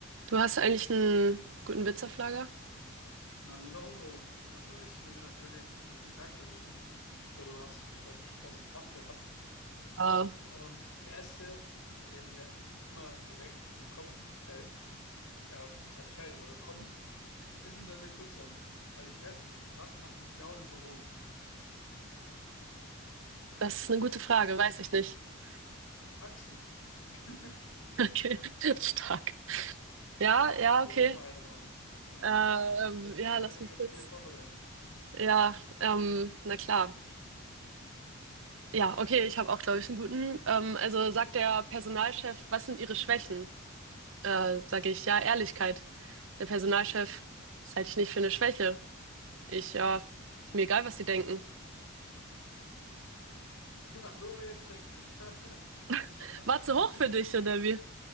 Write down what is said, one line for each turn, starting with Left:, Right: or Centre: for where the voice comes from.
Right: Du hast eigentlich einen guten Witz auf Lager?
Left: Na Logo, also ich will dir natürlich ein bisschen Tag versüßen. Ich habe gehört, du hast heute einen stressigen Tag gehabt.
Right: Ah,
Left: Und der erste, der mir immer direkt in den Kopf fällt, ja, was heißt fällt oder kommt, ist ein sehr, sehr kurzer. Halte ich fest, was macht ein Clown im Büro?
Right: das ist eine gute Frage, weiß ich nicht. <laughs>
Left: Paxen. <laughs>
Right: Okay, <laughs> stark. Ja,
Left: Hau,
Right: ja,
Left: hau du
Right: okay.
Left: jetzt mal einen raus. Ich meine,
Right: Ähm,
Left: du hast
Right: ja,
Left: ja auch
Right: lass
Left: einiges
Right: mich kurz.
Left: hier vorbereitet.
Right: Ja, ähm, na klar. Ja, okay, ich habe auch, glaube ich, einen guten. Ähm, also sagt der Personalchef, was sind Ihre Schwächen? Äh, sage ich, ja, Ehrlichkeit. Der Personalchef, das halte ich nicht für eine Schwäche. Ich, ja, ist mir egal, was Sie denken.
Left: Ach so, jetzt check ich den. <laughs>
Right: <laughs> War zu hoch für dich, oder wie?